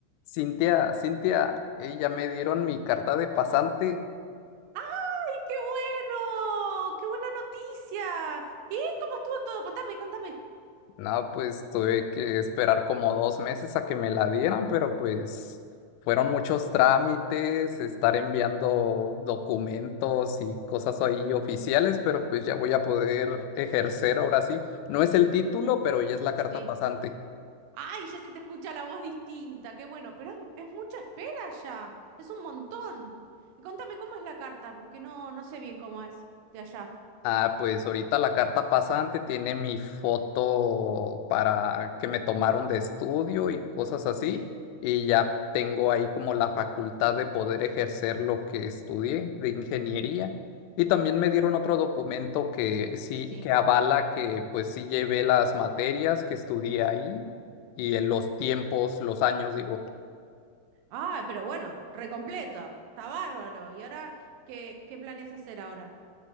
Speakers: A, on the left; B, on the right.
A: Cintia, Cintia, ey, ya me dieron mi carta de pasante.
B: ¡Ay, qué bueno! ¡Qué buena noticia! ¿Y cómo estuvo todo? Contame, contame.
A: No, pues tuve que esperar como dos meses a que me la dieran, pero pues fueron muchos trámites, estar enviando documentos y cosas ahí oficiales, pero pues ya voy a poder ejercer ahora sí. No es el título, pero ya es la carta
B: Sí.
A: pasante.
B: ¡Ay, ya se te escucha la voz distinta! ¡Qué bueno! Pero es, es mucha espera ya. Es un montón. Y contame cómo es la carta, porque no, no sé bien cómo es de allá.
A: Ah, pues ahorita la carta pasante tiene mi foto para que me tomaron de estudio y cosas así,
B: Sí,
A: y ya tengo ahí como la facultad de poder ejercer lo que estudié de ingeniería. Y también me dieron otro documento que sí,
B: sí.
A: que avala que pues sí llevé las materias que estudié ahí y en los tiempos, los años, digo.
B: Ah, pero bueno! Recompleto. Está bárbaro. ¿Y ahora qué, qué planeas hacer ahora?